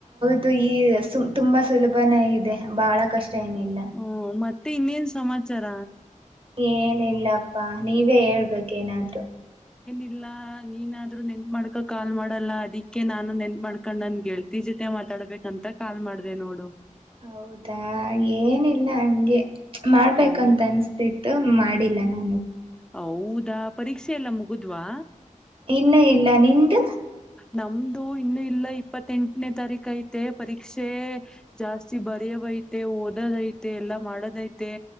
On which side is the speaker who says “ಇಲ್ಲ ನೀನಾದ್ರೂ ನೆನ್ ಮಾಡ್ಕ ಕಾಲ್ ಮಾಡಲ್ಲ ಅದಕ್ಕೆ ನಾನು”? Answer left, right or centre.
Centre